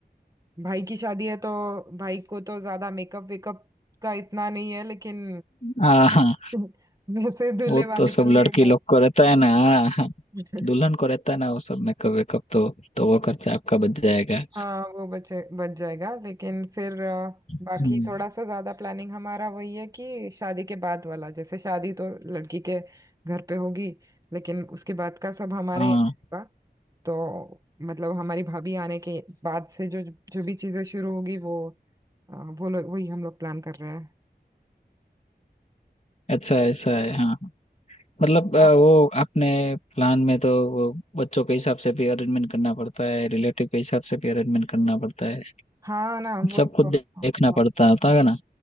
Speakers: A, on the right (about 20°); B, on the left (about 40°).
A: भाई की शादी है तो भाई को तो ज्यादा मेकअप वेकअप का इतना नहीं है लेकिन
B: हाँ हाँ
A: <laughs> वैसे दूल्हे
B: वो
A: वाले
B: तो सब
A: के लिए
B: लड़की
A: वो
B: लोग को रहता है ना हाँ,
A: <laughs>
B: दुल्हन को रहता है ना वो सब मेकअप वेकअप तो तो वो खर्चा आपका बच जाएगा
A: हाँ वो बचे बच जाएगा लेकिन फिर अ,
B: हम्म
A: बाकी थोड़ा सा ज्यादा प्लानिंग हमारा वही है कि शादी के बाद वाला जैसे शादी तो लड़की के घर पे होगी लेकिन उसके बाद का सब हमारे
B: हाँ
A: यहाँ होगा तो मतलब हमारी भाभी आने के बाद से जो जो भी चीजें शुरू होगी वो अ, वो लोग वही हम लोग प्लान कर रहे हैं
B: अच्छा ऐसा है हाँ मतलब अ,
A: हाँ
B: वो अपने प्लान में तो वो बच्चों के हिसाब से भी अरेंजमेंट करना पड़ता है रिलेटिव के हिसाब से भी अरेंजमेंट करना पड़ता है
A: हाँ ना वही
B: सब
A: तो
B: कुछ दे-
A: हाँ,
B: देखना
A: हाँ।
B: पड़ता होता है ना